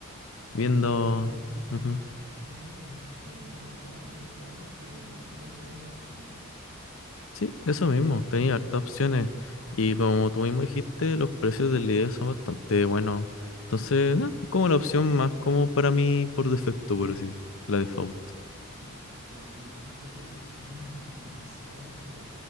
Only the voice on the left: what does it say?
viendo...
ujú.
Sí, eso mismo, tenía hartas opciones y como tú mismo dijiste, los precios del video son bastante buenos, entonces no, es como la opción más como para mí por defecto, por así decirlo, la default.